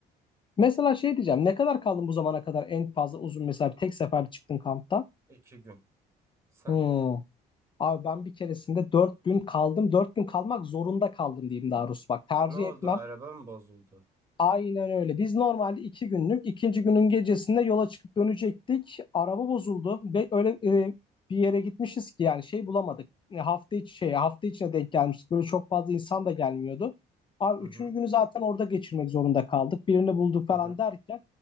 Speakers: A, on the left; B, on the right.
A: Mesela şey diyeceğim ne kadar kaldın bu zamana kadar en fazla uzun mesela tek sefer çıktın kamptan?
B: İki gün. Sen?
A: Hmm. Abi ben bir keresinde dört gün kaldım. Dört gün kalmak zorunda kaldım diyeyim daha doğrusu. Bak tercih
B: Ne oldu?
A: etmem.
B: Araba mı bozuldu?
A: Aynen öyle. Biz normalde iki günlük, ikinci günün gecesinde yola çıkıp dönecektik. Araba bozuldu ve öyle e, bir yere gitmişiz ki yani şey bulamadık. E, hafta içi şey, hafta içine denk gelmiştik. Böyle çok fazla insan da gelmiyordu. Abi
B: Hı hı.
A: üçüncü günü zaten orada geçirmek zorunda kaldık. Birini bulduk falan
B: Hı hı.
A: derken